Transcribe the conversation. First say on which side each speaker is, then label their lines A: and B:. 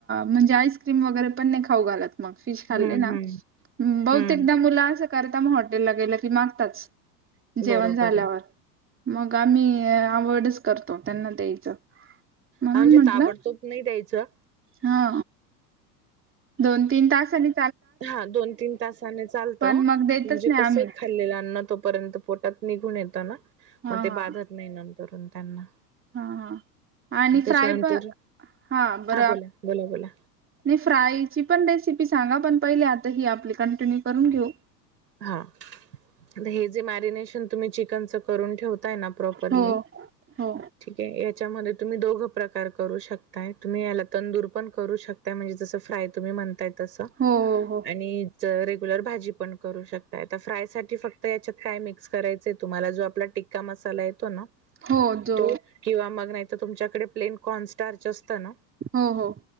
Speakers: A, on the right (about 25°); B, on the right (about 80°).
A: म्हणजे आईस्क्रीम वगैरे पण नाही खाऊ घालत मग फिश खाल्लं
B: हम्म
A: ना
B: हम्म.
A: बहुतेकदा
B: हम्म
A: मुलं असं करता मग हॉटेलला गेलं की मागताच जेवण
B: बरोबर
A: झाल्यावर.
B: आहे.
A: मग आम्ही अव्हॉइड करतो त्यांना द्यायचं. म्हणून
B: हा म्हणजे
A: म्हंटलं
B: ताबडतोब नाही द्यायचं
A: हा. दोन, तीन तास आणि
B: हा दोन, तीन तासाने चालतं
A: पण मग देतच
B: म्हणजे
A: नाही
B: कस
A: आम्ही
B: खाल्लेलं अन्न तोपर्यंत पोटात निघून येत ना
A: हा
B: मग ते
A: हा
B: बाधत नाही नंतरून त्यांना.
A: हा हा आणि
B: त्याच्यानंतर
A: फ्राय प हा बर.
B: बोला बोला बोला
A: नाही. फ्रायची पण रेसिपी सांगा पण पहिले आता ह आपली कंटिन्यू करून घेऊ.
B: हा हे जे मॅरिनेशन तुम्ही चिकनचं करून ठेवताय ना प्रॉपरली
A: हो हो
B: ठीक आहे. त्याच्यामध्ये तुम्ही दोघ प्रकार करू शकताय. तुम्ही याला तंदूर पण करू शकताय म्हणजे जसं फ्राय तुम्ही म्हणताय. तस
A: हो हो
B: आणि रेग्युलर भाजी पण करू शकतायता फ्राय साठी फक्त याच्यात काय मिक्स करायचंय तुम्हाला जो आपला टिक्का मसाला येतो ना
A: हो जो
B: तू किंवा मग नाही तर तुमच्याकडे प्लेन कॉनस्टारच असत ना.
A: हो हो.